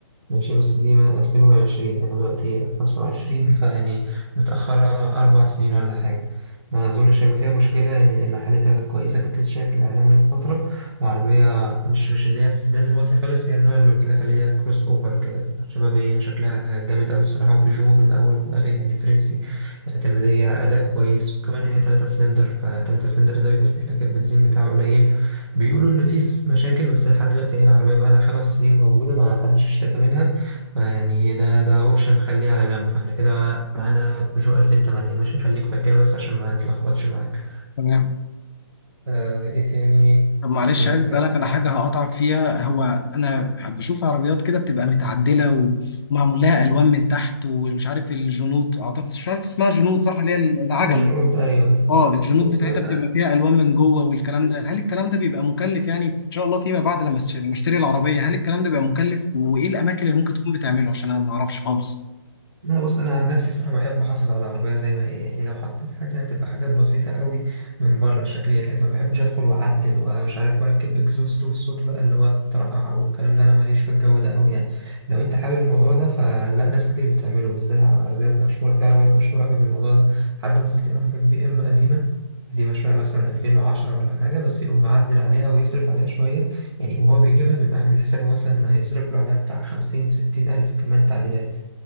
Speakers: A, on the right; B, on the left.
A: ماشي بس دي من 2020 احنا دلوقتي 25 فيعني متأخرة أربع سنين ولا حاجة ما أظنش هيبقى فيها مشكلة يعني لأن حالتها كانت كويسة كنت لسه شايف الإعلان من فترة وعربية مش مش اللي هي السيدان الواطي خالص هي النوع اللي قلت لك عليه، اللي هي كروس أوفر كده شبابية شكلها جامد أوي الصراحة وبيجو من الأول وفي الآخر يعني فرنسي اعتمادية أداء كويس وكمان هي تلاتة سلندر فتلاتة سلندر ده بيبقى استهلاك البنزين بتاعه قليل بيقولوا ان في س- مشاكل بس لحد دلوقتي هي العربيه بقى لها خمس سنين موجوده ما حدش اشتكى منها فيعني ده ده اوبشن خليه على جنب فاحنا كده معانا بيجو 2008 ماشي خليك فاكر بس عشان ما تلخبطش معاك
B: تمام
A: آه ايه تاني
B: طب معلش
A: بنتكلم
B: عايز اسالك على حاجه هقطعك فيها هو انا بشوف عربيات كده بتبقى متعدله ومعمول لها الوان من تحت ومش عارف الجنود اعتقد مش عارف اسمها جنود صح اللي هي العجل
A: اجل قلت ايوه ايوه
B: اه الجنود
A: بص
B: بتاعتها
A: آه.
B: بتبقى فيها الوان من جوه والكلام ده هل الكلام ده بيبقى مكلف يعني ان شاء الله فيما بعد لما أشت- لما اشتري العربيه هل الكلام ده بيبقى مكلف وايه الاماكن اللي ممكن تكون بتعمله عشان انا ما اعرفش خالص
A: لا بص انا عن نفسي الصراحه بحب احافظ على العربيه زي ما هي يعني لو حطيت حاجه هتبقى حاجات بسيطه قوي من بره الشكليات لكن ما بحبش ادخل واعدل ومش عارف واركب اكزوست والصوت بقى اللي هو الطرقعه والكلام ده انا ماليش في الجو ده قوي يعني لو انت حابب الموضوع ده فلا ناس كتير بتعمله بالذات على عربيات مشهوره في عربيات مشهوره قوي بالموضوع ده حد مثلا تلاقيه راح جاب بي ام قديمه قديمة شوية مثلا 2010 ولا حاجة بس يقوم معدل عليها ويصرف عليها شوية يعني وهو بيجيبها بيبقى عامل حسابه مثلا إن هيصرف له عليها بتاع 50 60 ألف كمان تعديلات